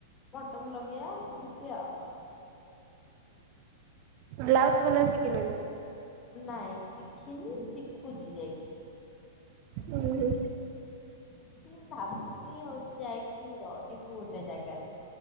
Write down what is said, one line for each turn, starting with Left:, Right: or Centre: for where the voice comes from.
Left: ବଟନ ଲଗେଇଆ ଏମିତି ଆଉ।
Right: ବ୍ଲାଉଜ ବନେଇବା ଶିକିନ କି?
Left: ନାଇଁ ଶିଖିନି ଶିଖୁଚି ଯାଇ।
Right: ଉଁହୁଁ।
Left: ଶିଖିବି ଭାବୁଚି ହୋଉଚି ଯାଇକି ରହିବୁ ଗୋଟେ ଜାଗାରେ।